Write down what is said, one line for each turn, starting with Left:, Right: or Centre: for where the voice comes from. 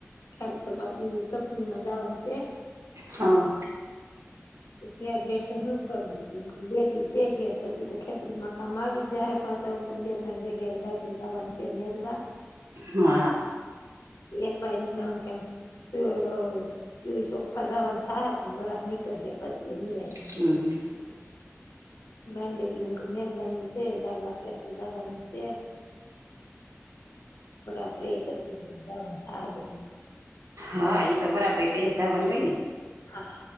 Left: ખ્યાલ તો પછી કપનીમાં જાવાનું છે
Right: હા
Left: કે ઘેર બેઠે હું કરવુ બે દિવસે ઘર પછી તો ખેતરમાં કામ આવી જ જાહે પાછું હુંક બે ત્રણ જગ્યાએ દાડી જવાનુ છે નીદવા
Right: હા
Left: એત ભાઈ નના કેમ <unintelligible> થા હૈ પણ વરા આપ ની કરીએે પસી નિરાંત
Right: <unintelligible>
Left: માંડું કેને બન્યું છે ડવા કેસવા જવાનું છે આપે પછીવા થ બધી
Right: હા તો વરાબર ત સાન હોય ને
Left: હા